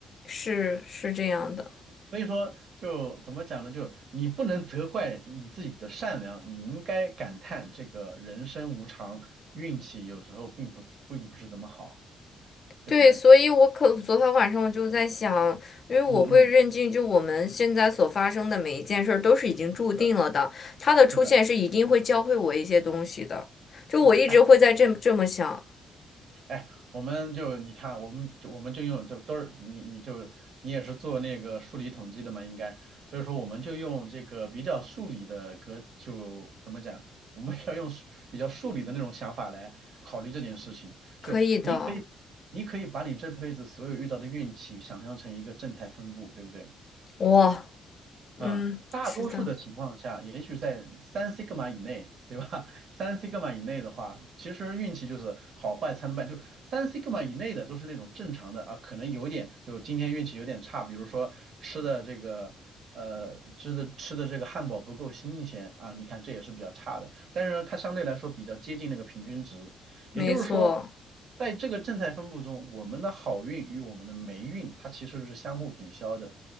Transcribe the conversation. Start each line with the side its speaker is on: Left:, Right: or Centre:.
Left: 是是这样的。
Right: 所以说就怎么讲呢？就你不能责怪你自己的善良，你应该感叹这个人生无常，运气有时候并不并不是怎么好，对不对？
Left: 对，所以我可昨天晚上我就在想，因为我会认定，
Right: 嗯嗯，
Left: 就我们现在所发生的每一件事儿都是已经注定了的，
Right: 是
Left: 他的出现是一定会教会我一些东西的。
Right: 是的，是的，
Left: 就我一直会在这这么想，
Right: 哎。哎，我们就你看，我们就我们就用就都是你你就你也是做那个数理统计的嘛，应该，所以说我们就用这个比较数理的格，就怎么讲，我们要用数比较数理的那种想法来考虑这件事情。
Left: 可以的，
Right: 就你可以你可以把你这辈子所有遇到的运气想象成一个正态分布，对不对？
Left: 哇，嗯，
Right: 嗯，大多数的情况下，
Left: 是的，
Right: 也许在三 s i g 以内，对吧？<laughs> 三 s i g 以内的话，其实运气就是好坏参半。就三 s i g 以内的都是那种正常的啊，可能有点就今天运气有点差，比如说吃的这个呃吃的吃的这个汉堡不够新鲜啊，你看这也是比较差的。但是呢，它相对来说比较接近那个平均值，也就是说，
Left: 没错，
Right: 在这个正态分布中，我们的好运与我们的霉运它其实是相互抵消的。